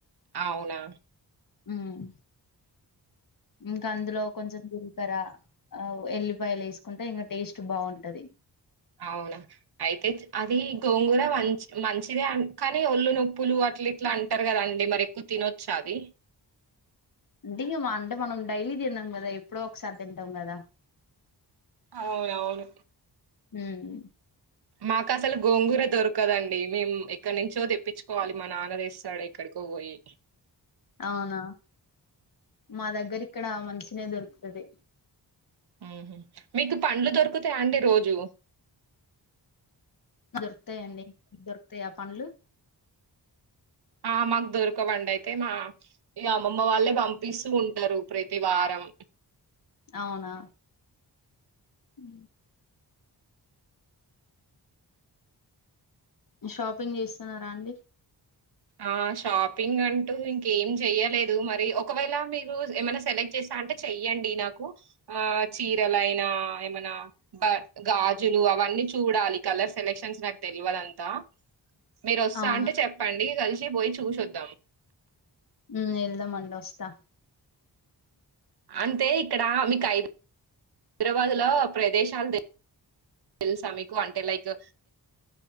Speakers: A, on the right (about 65°); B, on the left (about 50°).
A: అవునా
B: ఉమ్, ఇంకా అందులో కొంచెం జీలకర్ర ఎల్లి ఉల్లిపాయలు వేసుకుంటే ఇంకా టేస్ట్ బాగుంటది
A: అవునా అయితే అది గోంగూర మంచి మంచిదే అ కానీ ఒల్ళు నొప్పులు అట్ల ఇట్లా అంటారు కదా అండి మరి ఎక్కువ తినొచ్చా అది
B: అది అంటే మనం డైలీ తిన్నాం కదా ఎప్పుడో ఒకసారి తింటాం కదా
A: అవును అవును
B: ఉమ్
A: మాకు అసలు గోంగూర దొరకదండి మేము ఎక్కడ నుంచో తెప్పించుకోవాలి మా నాన్న తెస్తాడు ఎక్కడికో పోయి
B: అవునా, మా దగ్గర ఇక్కడ మంచిగనే దొరుకుతాది
A: ఉహు, మీకు పండ్లు దొరుకు దొరుకుత్తా అండి రోజు
B: దొరుకుతాయండి మీ కు దొరుకుతాయి ఆ పండ్లు
A: ఆ మాకు దొరకవండి అయితే మా ఈ అమ్మమ్మ వాళ్ళే పంపిస్తూ ఉంటారు ప్రతి వారం
B: అవునా ఉ షాపింగ్ చేస్తున్నారా అండి
A: ఆ షాపింగ్ అంటూ ఇంకేం జేయలేదు మరి ఒకవేళ మీరు ఏమైనా సెలెక్ట్ చేస్తా అంటే చెయ్యండి నాకు ఆ చీరలైనా ఏమైనా బ గాజులు అవన్నీ చూడాలి కలర్ సెలెక్షన్స్ నాకు తెలివదు అంతా మీరు వస్తా
B: అవునా
A: అంటే చెప్పండి కలిసి పోయి చూషి వద్దాం
B: ఉ వెళ్దాం అండి వస్తా
A: అంటే ఇక్కడ మీకు ఐ హైదరాబాద్ లో ప్రదేశాలు తెలుసా మీకు అంటే లైక్